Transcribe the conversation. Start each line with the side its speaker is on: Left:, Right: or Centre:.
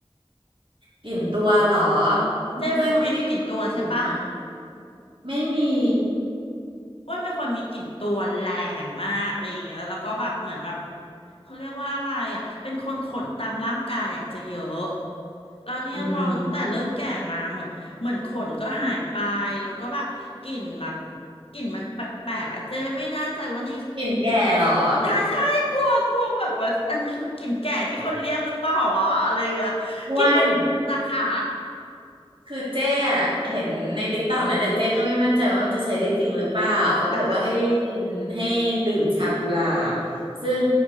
Right: กลิ่นตัวเหรอ
Left: เจ้เป็นคนไม่มีกลิ่นตัวใช่ปะ
Right: เพื่อนไม่ได้พูดถึงนะไม่มี
Left: อ้วนเป็นคนมีกลิ่นตัวแรงมากอะไรอย่างเงี้ยแล้วก็แบบเหมือนแบบเขาเรียกว่าอะไรอ่ะ เป็นคนขนตามร่างกายอ่ะจะเยอะ เราเนี่ยพอตั้งแต่เริ่มแก่มาเหมือนเหมือนขนก็หายไปแล้วก็แบบกลิ่นแบบ
Right: อืม
Left: กลิ่นมันแปลกๆอะเจ๊ไม่แน่ใจว่านี่
Right: กลิ่นแก่เหรอ
Left: ใช่ใช่กลัวกลัวแบบว่าอันนี้คือกลิ่นแก่ที่คนเรียกหรือเปล่าอ่ะอะไรอ่ะกลิ่นมันจากขา
Right: อ้วน คือเจ๊อะเห็นในติ๊กต็อกนะแต่เจ๊ก็ไม่มั่นใจว่ามันจะใช้ได้จริงหรือเปล่าเขาบอกว่าให้กินให้ดื่มชากุหลาบซึ่ง
Left: อ่ะฮะ